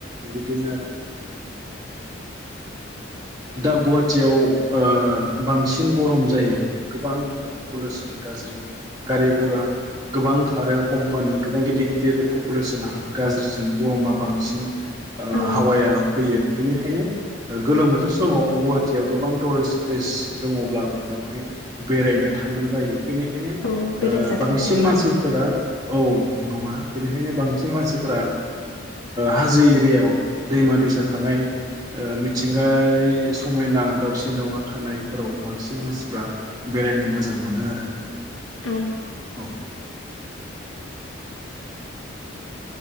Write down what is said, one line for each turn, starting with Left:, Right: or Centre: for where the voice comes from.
Right: बिदिनो आरो दा गुवाहाटियाव बांसिन गरम जायो गोबां पपुलेसना गाज्रि गारि घुरा गोबां खारो कम्पानि गोबां गिदिर गिदिर पपुलेसना गाज्रिजों गरमा बांसिन ओ
Left: औ
Right: हावाया फैयो बिनिखायनो गोलोम बोथोर बोथोर समाव गुवाहाटियाव गोबां टुरिस्ट प्लेस दङब्लाबो बेवहाय बेरायनो थांनो बायो बेनिखायनो बेखायनो
Left: औ बेरायजाथाव
Right: बांसिन
Left: नङा
Right: मानसिफोरा औ नङा बेनिखायनो बांसिन मानसिफोरा हाजो एरियायाव दैमा दैसा थानाय मिथिंगा बे समायना दावउसिन दावउला थानायफोराव बांसिन मानसिफ्रा बेरायनो मोजां मोनो आरो
Left: औ
Right: <inaudible>